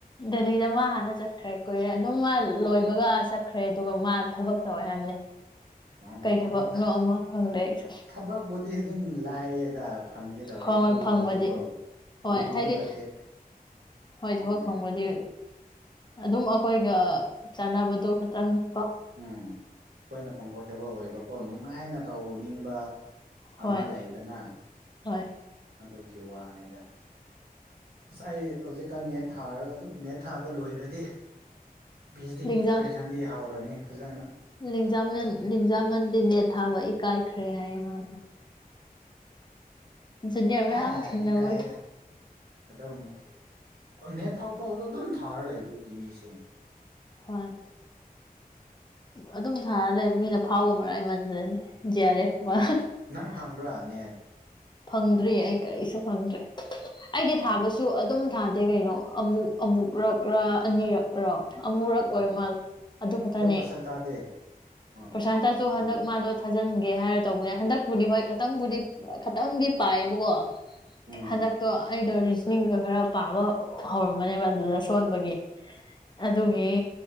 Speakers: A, on the left; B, on the right.
A: ꯗꯦꯜꯂꯤꯗ ꯃꯥ ꯍꯥꯟꯅ ꯆꯠꯈ꯭ꯔꯦ ꯀꯨꯏꯔꯦ ꯑꯗꯨꯝ ꯃꯥ ꯂꯣꯏꯕꯒ ꯆꯠꯈ꯭ꯔꯦ ꯑꯗꯨꯒ ꯃꯥ ꯊꯕꯛ ꯇꯧꯋꯦ ꯍꯥꯏꯕꯅꯦ
B: ꯑꯣ
A: ꯀꯩ
B: ꯑꯣ
A: ꯊꯕꯛꯅꯣ
B: ꯑꯗꯨ
A: ꯑꯃ ꯈꯪꯗꯦ ꯑꯩꯁꯨ
B: ꯊꯕꯛꯄꯨꯗꯤ ꯑꯗꯨꯝ ꯂꯥꯏꯌꯦꯗ ꯐꯪꯒꯦ ꯇꯧꯔꯗꯤ
A: ꯍꯣꯏ
B: ꯑꯗꯨꯒꯨꯝꯕꯗꯤꯀꯣ
A: ꯐꯪꯕꯗꯤ ꯍꯣꯏ
B: ꯂꯨꯕ
A: ꯍꯥꯏꯗꯤ
B: ꯅꯠꯇꯦ
A: ꯍꯣꯏ
B: ꯎꯝ
A: ꯊꯕꯛ
B: ꯎꯝ
A: ꯐꯪꯕꯗꯤ ꯑꯗꯨꯝ ꯑꯩꯈꯣꯏꯒ ꯆꯥꯟꯅꯕꯗꯣ ꯈꯇꯪ ꯀꯣ
B: ꯎꯝ ꯑꯩꯈꯣꯏꯅ ꯀꯝꯐꯣꯔꯇꯦꯕꯜ ꯑꯣꯏꯕꯀꯣ ꯅꯨꯡꯉꯥꯏꯅ ꯇꯧꯅꯤꯡꯕ
A: ꯍꯣꯏ
B: ꯑꯃ ꯂꯩꯗꯅ
A: ꯍꯣꯏ
B: ꯑꯗꯨꯒꯤ ꯋꯥꯅꯤꯗ ꯑꯁ ꯑꯩ ꯍꯧꯖꯤꯛꯀꯥꯟ ꯅꯦꯠ ꯊꯥꯔꯒ ꯑꯗꯨꯝ ꯅꯦꯠ ꯊꯥꯕ ꯂꯣꯏꯔꯗꯤ ꯄꯤ ꯑꯩꯆ ꯗꯤꯒꯤ
A: ꯂꯖꯥ
B: ꯄ꯭ꯔꯤꯄꯦꯔꯦꯁꯟꯗꯤ ꯍꯧꯔꯅꯤ ꯐꯖꯅ
A: ꯂꯖ ꯃꯟ ꯂꯖ ꯃꯟꯗꯤꯅꯦꯠ ꯊꯥꯕ ꯏꯀꯥꯏꯈ꯭ꯔꯦ ꯍꯥꯏꯌꯦ ꯃꯥ ꯖꯨꯅꯤꯌꯔ
B: ꯑꯦ
A: ꯃꯌꯥꯝ ꯊꯦꯡꯅꯕꯒꯤ
B: ꯏꯀꯥꯏ ꯑꯗꯨꯝ ꯅꯦꯠ ꯐꯥꯎ ꯐꯥꯎ ꯑꯗꯨꯝ ꯊꯥꯔ ꯂꯩꯕꯒꯤ ꯃꯤꯁꯤꯡ
A: ꯍꯣꯏ ꯑꯗꯨꯝ ꯊꯥꯔ ꯂꯩ ꯃꯤꯅ ꯐꯥꯎꯕ ꯃꯔꯥꯏꯃꯟꯖꯅꯤ <unintelligible>
B: ꯅꯪ ꯐꯪꯕ꯭ꯔꯥ ꯅꯦꯠ
A: ꯐꯪꯗ꯭ꯔꯤ ꯑꯩ ꯀꯔꯤꯁꯨ ꯐꯪꯗ꯭ꯔꯦ ꯑꯩꯗꯤ
B: ꯑꯣ
A: ꯊꯥꯕꯁꯨ ꯑꯗꯨꯝ ꯊꯥꯗꯦ ꯀꯩꯅꯣ ꯑꯃꯨꯛ ꯑꯃꯨꯛꯔꯛꯔ ꯑꯅꯤꯔꯛꯔꯣ ꯑꯃꯨꯔꯛ
B: ꯎꯝ
A: ꯑꯣꯏꯃꯜ ꯑꯗꯨ ꯈꯛꯇꯅꯤ
B: ꯑꯗꯣ ꯄ꯭ꯔꯁꯟ ꯇꯥꯗꯦ ꯑꯥ
A: ꯄ꯭ꯔꯁꯥꯟꯇꯁꯨ
B: ꯑꯥ
A: ꯍꯟꯗꯛ ꯃꯥꯗꯣ ꯊꯥꯖꯤꯟꯒꯦ ꯍꯥꯏꯔ ꯇꯧꯕꯅꯦ ꯍꯟꯗꯛꯄꯨꯗꯤ ꯍꯣꯏ ꯈꯤꯇꯪꯕꯨꯗꯤ ꯈꯇꯪꯗꯤ ꯄꯥꯏꯌꯦꯕꯀꯣ
B: ꯎꯝ
A: ꯍꯟꯗꯛꯇꯣ ꯑꯩꯗꯣ ꯔꯤꯖꯅꯤꯡꯒ ꯈꯔ ꯄꯥꯕ ꯍꯧꯔꯝꯕꯅꯦꯕ ꯑꯗꯨꯗ ꯁꯣꯟꯕꯒꯤ ꯑꯗꯨꯒꯤ